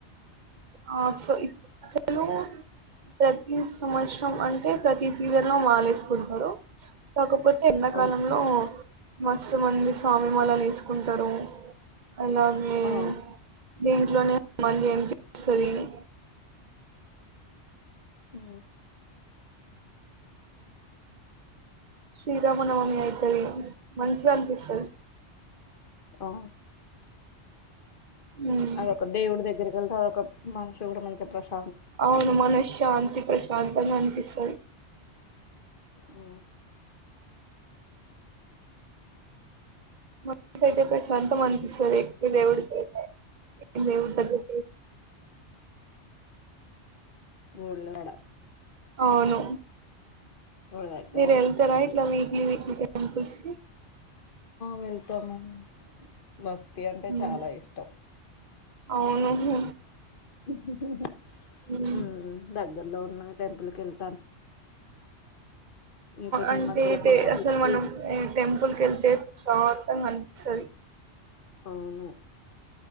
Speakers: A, on the right (about 45°); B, on the left (about 50°).
A: ఆ సో ఇప్పుడు సో అలు ప్రతి సంవత్సరం అంటే ప్రతి సీజన్ లో మాలేసుకుంటారు కాకపోతే ఎండాకాలంలో
B: అవును.
A: మస్తు మంది స్వామి మళలు తీసుకుంటారు అలాగే
B: ఆ!
A: దీంట్లోనే హనుమాన్ జయంతి సదిని
B: ఉ
A: శ్రీరామనవమి అయితది మంంచి గా అనిపిస్తాది
B: ఆ
A: ఉమ్
B: అద ఒ ఒక దేవుడు దగ్గర వెళ్తా ఒక మనష కూడా మంచి ప్రశ్న
A: అవును మనశ్శాంతి ప్రశాంతంగా అనిపిస్తది
B: ఆ
A: మన అయితే ప్రశాంతం అనిపిస్తుంది ఎకువ దేవుడికి దేవుడి దగ్గర
B: ఊళ్ళడ
A: అవును
B: గుడి దగ్గర
A: మీరు వెళ్తార ఇట్లా వీక్లీ వీక్లీ కాకస్తు
B: వెళ్తాము బా తి అంటే
A: ఉమ్,
B: చాలా ఇష్టం
A: అవును
B: ఉహోహో
A: మ్మ్.
B: ఉ దగ్గలో ఉన్న టెంపుల్కి వెళ్త ఇగ కొంచెం
A: అంటే
B: ఈ మధ్యలో బాబుకు
A: అసలు మనం టెంపుల్కి వెళ్తే స్వాగతం మనుసరి
B: అవును